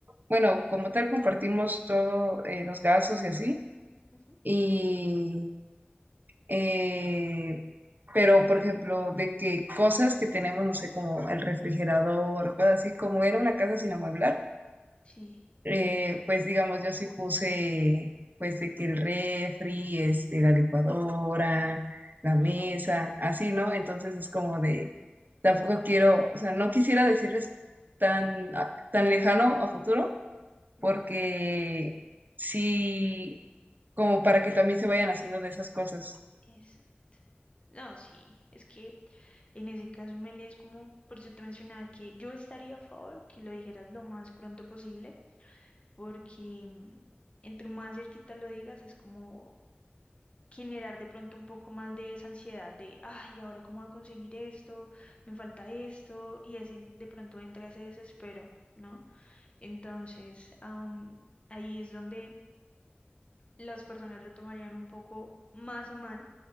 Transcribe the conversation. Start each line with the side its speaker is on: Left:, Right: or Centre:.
Right: bueno, como tal compartimos todo, eh, los gastos y así,
Left: ujú,
Right: y, eh, pero por ejemplo, de que cosas que tenemos, no sé, como el refrigerador, cosas así, como era una casa sin amueblar,
Left: Sí.
Right: eh, pues digamos, yo sí puse, pues de que el refri, este, la licuadora, la mesa,
Left: ujú,
Right: así, ¿no? Entonces es como de tampoco quiero, o sea, no quisiera decirles tan, a- tan lejano a futuro,
Left: ujú,
Right: porque sí, como para que también se vayan haciendo de esas cosas.
Left: Exacto. No, sí, es que en ese caso, Meli, es como, por eso te mencionaba que yo estaría a favor que lo dijeras lo más pronto posible, porque mm, entre más cerquita lo digas, es como generar de pronto un poco más de esa ansiedad de, ay, ¿ahora cómo voy a conseguir esto? Me falta esto, y ese, de pronto entra ese desespero, ¿no? Entonces, am, ahí es donde las personas lo tomarían un poco más a mal